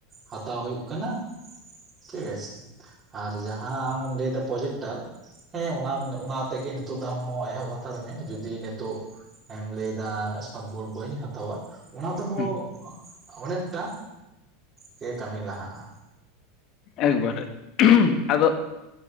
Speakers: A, on the right; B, on the left.
A: ᱦᱟᱛᱟᱣ ᱦᱩᱭᱩᱜᱹ ᱠᱟᱱᱟ ᱴᱷᱤᱠ ᱟᱪᱷᱮ ᱟᱨ ᱡᱟᱦᱟᱸ ᱟᱢ ᱦᱚᱢ ᱞᱟᱹᱭᱮᱫᱟ ᱯᱨᱚᱡᱮᱠᱴᱟᱨ ᱦᱮᱸ ᱚᱱᱟ ᱚᱱᱟ ᱛᱮᱜᱮ ᱱᱤᱛᱚᱜ ᱫᱚ ᱟᱢ ᱦᱚᱸ ᱮᱦᱚᱵᱽ ᱦᱟᱛᱟᱹᱲ ᱢᱮ ᱡᱚᱫᱤ ᱱᱤᱛᱚᱜ ᱮᱢ ᱞᱟᱹᱭᱮᱫᱟ ᱮᱥᱢᱟᱨᱴ ᱵᱳᱲ ᱵᱟᱹᱧ ᱦᱟᱛᱟᱣᱼᱟ᱾ ᱚᱱᱟ ᱛᱮᱦᱚᱸ
B: ᱦᱩᱸ
A: ᱚᱱᱮᱠᱴᱟ ᱜᱮ ᱠᱟᱹᱢᱤ ᱞᱟᱦᱟᱜᱼᱟ
B: ᱮᱠᱹᱵᱟᱨᱮ ᱟ ᱫᱚ